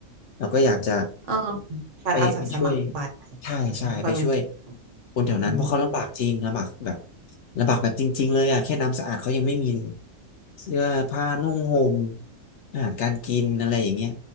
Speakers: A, on the left; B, on the right.
A: เราก็อยากจะ
B: เออไปอาสาสมัครไป
A: ไปไปช่วยใช่ใช่ไปช่วย
B: นะวอลนเทีย
A: คนแถวนั้นเพราะเขาลำบากจริงลำบากแบบ
B: อืม
A: ลำบากแบบจริงๆเลยอ่ะแค่น้ำสะอาดเขายังไม่มีเลยเสื้อผ้านุ่งห่มอาหารการกินอะไรอย่างเงี้ย